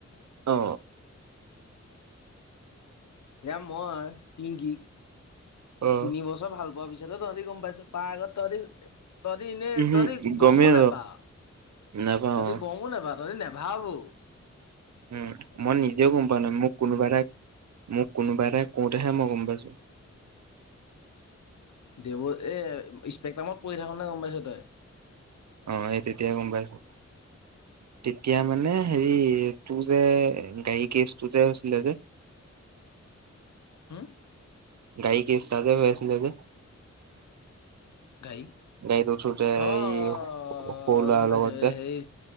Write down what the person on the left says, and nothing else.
এয়া মই, পিংগিক।
তিনি বছৰ ভাল পোৱাৰ পি পিছত তহঁতি গম পাইছ তাৰ আগত তহঁতি তহতি এনেই
তহদি
গমো নেপাও।
তাতে
গমো নেপাওঁ তহঁতি নাভাব ও
দেৱ এ স্পেক্ট্ৰামত পঢ়ি থাকোঁতে গম পাইছ তাই
হম।
গাড়ী
অ
'অহ
গম পাইছো
হেৰি